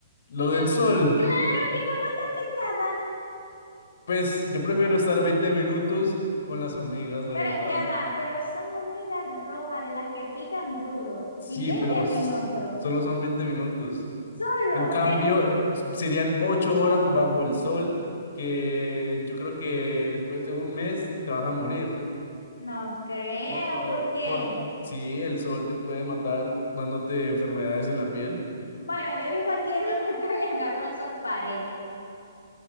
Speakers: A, on the left; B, on the left.
A: Lo
B: ¿Quién
A: del
B: a-
A: sol,
B: Claro, ¿quién aguanta picada?
A: pues yo prefiero
B: Eh,
A: estar 20 minutos con las hormigas, la
B: Pero
A: verdad.
B: ya va, pero son hormigas rojas de las que pican duro
A: Sí,
B: y 20
A: pero
B: minutos.
A: s- solo son 20 minutos.
B: Solo,
A: En cambio,
B: mira,
A: serían ocho horas bajo el sol que yo creo que después de un mes te vas a morir.
B: no creo
A: Por,
B: porque,
A: por, sí, el sol te puede matar dándote enfermedades en la piel.
B: bueno, yo vivo aquí en <laughs> Maccabi agarró sol parejo.